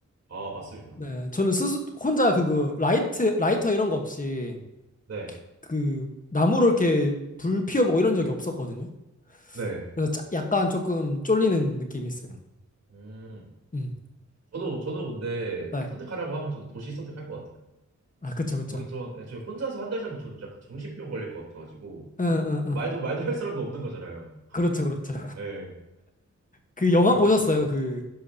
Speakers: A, on the right (about 60°); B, on the left (about 25°).
A: 아, 맞습니다.
B: 네, 저는 스스, 혼자 그거 라이트, 라이터 이런 거 없이
A: 네,
B: 그 나무로 이렇게 불 피워보고 이런 적이 없었거든요.
A: 네.
B: 그래서 짜- 약간 조금 쫄리는 느낌이 있어요.
A: 음,
B: 음,
A: 저도, 저도 근데
B: 네.
A: 선택하라고 하면 저도 도시 선택할 것 같아요.
B: 아, 그쵸, 그쵸.
A: 뭐, 전, 애초에 혼자서 한 달 살면 저는 약간 정신병 걸릴 것 같아가지고,
B: 응, 응,
A: 말도,
B: 응.
A: 말도 할 사람도 없는 거잖아요.
B: 그렇죠, 그렇죠.
A: 예,
B: 그 영화
A: 그럴
B: 보셨어요?
A: 것 같습니다.
B: 그